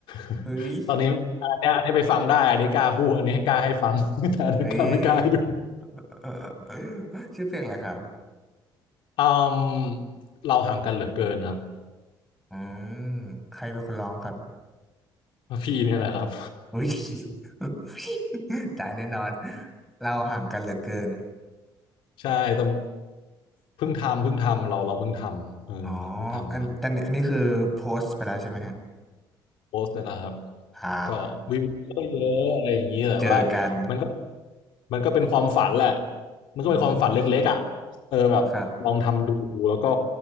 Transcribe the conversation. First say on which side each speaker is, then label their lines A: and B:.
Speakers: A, on the left; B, in the centre.
A: <laughs>
B: เฮ้ย
A: ตอนนี้อันเนี้ยอันนี้ไปฟังได้อันนี้กล้าพูดอันนี้ให้กล้าให้ฟัง <laughs> แต่อันนี้กล้าไม่กล้าให้ดู
B: เฮ้ย <laughs> เออชื่อเพลงอะไรครับ
A: <laughs> อืมเราห่างกันเหลือเกินครับ
B: อืมใครเป็นคนร้องครับ
A: พี่เนี่ยแหละครับ
B: <laughs> อุ้ย <laughs> ตายแน่นอนเราห่างกันเหลือเกิน
A: <laughs> ใช่แต่เพิ่งทำเพิ่งทำเราเราเพิ่งทำเออเราเพิ่งทำมา
B: อ๋ออันอันอันนี้คือโพสต์ไปแล้วใช่ไหมฮะ
A: โพสต์ไปแล้วครับ
B: อ่า
A: ก็วิวก็เยอะอะไรอย่างนี้แต่ว่า
B: เจอกัน
A: มันก็มันก็เป็นความฝันแหละมันก็เป็นความฝันเล็กๆอ่ะ
B: อืม
A: เออแบบลองทำดูแล้วก็
B: ครับ